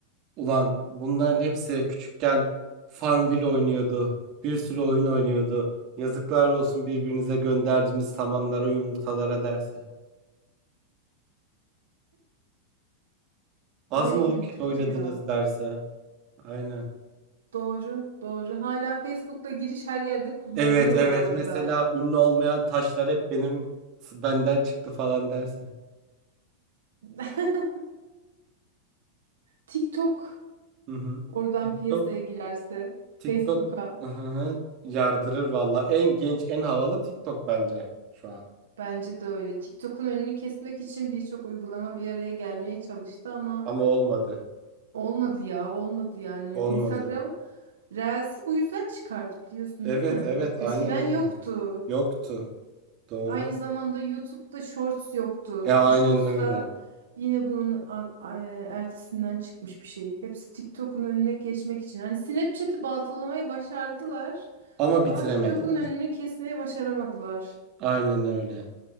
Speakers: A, on the right; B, on the right.
A: ulan bunların hepsi küçükken Farmville oynuyordu. Bir sürü oyun oynuyordu. Yazıklar olsun birbirinize gönderdiğiniz samanlara yumurtalara derse. Az
B: Bu beni
A: mı okey
B: güldürdü
A: oynadınız
B: ya.
A: derse. Aynen.
B: Doğru, doğru. Hala Facebook'ta giriş her yerde kullanılıyor
A: Evet evet
B: bu arada.
A: mesela ünlü olmayan taşlar hep benim benden çıktı falan derse.
B: <laughs> TikTok
A: Hı hı.
B: oradan
A: TikTok
B: piyasaya girerse Facebook'a
A: TikTok hı hı, yardırır valla. En genç en havalı TikTok bence şu an.
B: Bence de öyle. TikTok'un önünü kesmek için birçok uygulama bir araya gelmeye çalıştı ama
A: Ama olmadı.
B: olmadı ya, olmadı yani.
A: Olmadı.
B: Instagram Reels'i bu yüzden çıkardı biliyorsun
A: Evet
B: değil mi?
A: evet
B: Eskiden
A: aynen öyle.
B: yoktu.
A: Yoktu. Doğru.
B: Aynı zamanda YouTube'da Shorts yoktu.
A: E aynen
B: Bu Shorts
A: öyle.
B: da yine bunun a- a- ertesinden çıkmış bir şey. Hepsi TikTok'un önüne geçmek için. Hani Snapchat'i baltalamayı başardılar
A: Ama bitiremediler.
B: ama TikTok'un önünü kesmeyi başaramadılar.
A: Aynen öyle.